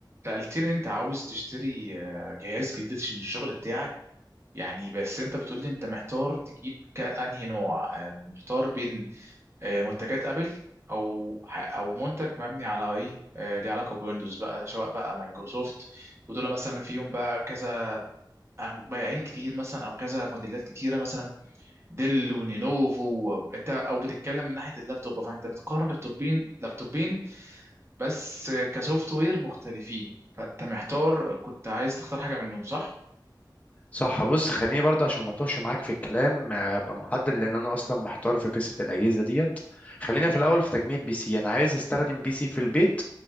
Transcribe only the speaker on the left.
صح بص خليني برضه عشان ما اتوهش معاك في الكلام آه، ابقى محدد لان انا اصلا محتار في قصه الاجهزه ديت خلينا في الاول في تجميع بي سي انا عايز استخدم بي سي في البيت